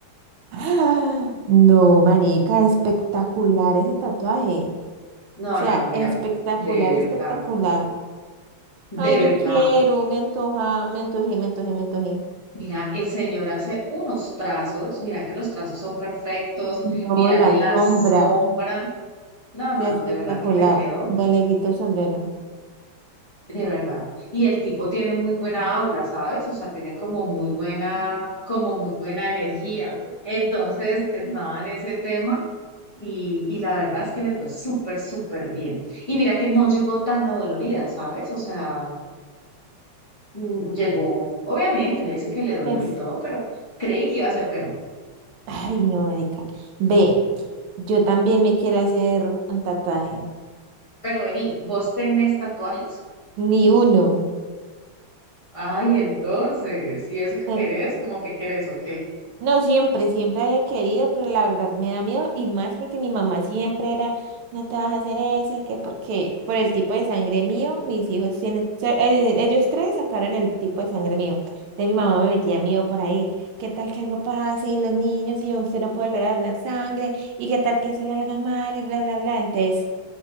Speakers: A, on the right; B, on the left.
A: ¡Ah! No, marica, espectacular ese tatuaje.
B: No,
A: O sea,
B: no, no, mira,
A: espectacular,
B: de verdad.
A: espectacular.
B: De
A: Ay,
B: verdad,
A: yo quiero, me antoja, me antojé, me antojé, me antojé.
B: Mira, el señor hace unos trazos, mira que los trazos son perfectos,
A: No,
B: mírale
A: la
B: la
A: sombra.
B: sombra.
A: O
B: No, no,
A: sea,
B: no,
A: espectacular.
B: de verdad que le quedó,
A: Me le quito el sombrero.
B: de verdad. Y el tipo tiene muy buena aura, ¿sabes? O sea, tiene como muy buena, como muy buena energía. Entonces, estaba en ese tema y, y la verdad es que le fue súper, súper bien. Y mira que no llegó tan adolorida, ¿sabes? O sea, mm, llegó, obviamente, ya dice que le dolió
A: Pues,
B: y todo, pero creí que iba a ser peor.
A: ay, no, marica. Ve, yo también me quiero hacer un tatuaje.
B: Pero vení, ¿vos tenés tatuajes?
A: Ni uno.
B: Ay, entonces, ¿y eso que
A: Eh,
B: querés? ¿Cómo que querés o qué?
A: No, siempre, siempre había querido, pero la verdad me da miedo y más porque mi mamá siempre era, no te vas a hacer eso, que porque por el tipo de sangre mío, mis hijos tienen, so- eh, ellos tres sacaron el tipo de sangre mío. Entonces mi mamá me metía miedo por ahí, ¿qué tal que algo pase y los niños y usted no puede volver a donar sangre y qué tal que se le haga mal y bla, bla, bla? Entonces